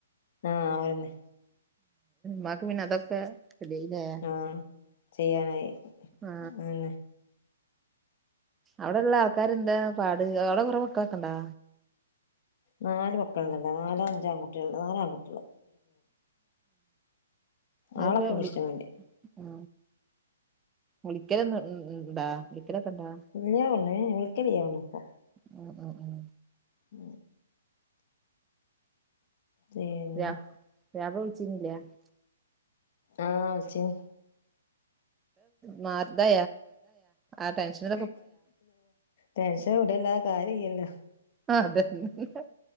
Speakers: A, on the left; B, on the right.
A: ആ അയന്നെ
B: മ്മാക് പിന്നെതൊക്കെ <unintelligible>
A: ആ ചെയ്യാനായി
B: ആ
A: അങ്ങനെ
B: അവിടെള്ള ആൾക്കാാര് എന്താ പാട് അവടെ കൊറെ മക്കളെക്കണ്ടാ
A: നാല് മക്കളുണ്ടല്ലോ നാലാം അഞ്ചാംകുട്ടികള നാലാൻകുട്ട്യാൾ
B: അതിപ്പോ
A: ആളൊക്കെ ഇണ്ട്
B: വിളി
A: ഇഷ്ടം പോലെ
B: ആ വിളിക്കല ഉം ഉം ണ്ടാ വിളിക്കലൊക്കെ ഇണ്ടാ
A: ഇല്ല്യ ഓണ് വിളിക്കലിയ ഒണ് പ്പൊ
B: മ്മ് മ്മ് മ്മ്
A: ഉ പിന്നെ
B: രാ <unintelligible>
A: ആ വിളിചിനി
B: മാറതാ <unintelligible>
A: <unintelligible> ടെൻഷൻ വിടല്ല ല്ലാതെ കാര്യല്ലല്ലൊ
B: ആ അതന്നേ